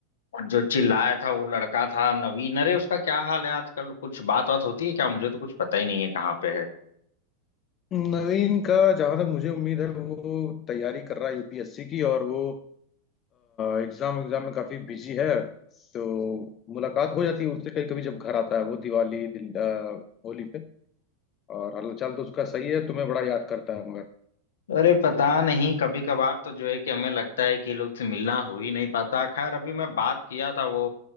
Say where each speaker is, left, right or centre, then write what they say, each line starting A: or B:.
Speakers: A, on the left; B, on the left.
A: जो चिल्लाया था वो लड़का था नवीन अरे उसका क्या हाल है आजकल कुछ बात बात होती है क्या मुझे तो कुछ पता ही नहीं है कहाँ पे है
B: नवीन का जहां तक मुझे उम्मीद है वो तैयारी कर रहा है यूपीएससी की और वो एग्जाम एग्जाम में काफी बिजी है तो मुलाकात हो जाती है उससे कभी कभी जब घर आता है वो दिवाली दिल, अ, होली पे और हालचाल तो उसका सही है तुम्हें बड़ा याद करता है मगर
A: अरे पता नहीं कभी कभार तो जो है कि हमें लगता है कि ये लोग से मिलना हो ही नहीं पाता खैर अभी मैं बात किया था वो